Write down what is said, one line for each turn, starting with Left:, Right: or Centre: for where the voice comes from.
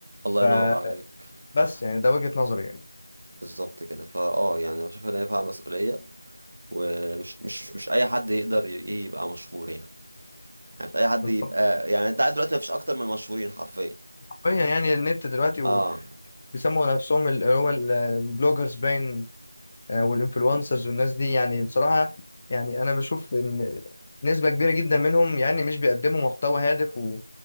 Right: الله
Left: فبس
Right: ينور عليك
Left: يعني ده وجهة نظري يعني
Right: بالظبط كده فا اه يعني بشوف ان هي فيها مسؤولية ومش مش مش اي حد يقدر ي- ايه يبقى مشهور يعني عشان اي حد
Left: بالظبط
Right: يبقى يعني انت عارف دلوقتي مفيش اكتر من مشهورين حرفيا
Left: حرفيا يعني النت دلوقتي
Right: اه
Left: وبيسموا نفسهم اللي هو ال- البلوجرز باين آه، والانفلونسرز والناس دي يعني بصراحة يعني انا بشوف ان نسبة كبيرة جدا منهم يعني مش بيقدموا محتوى هادف و...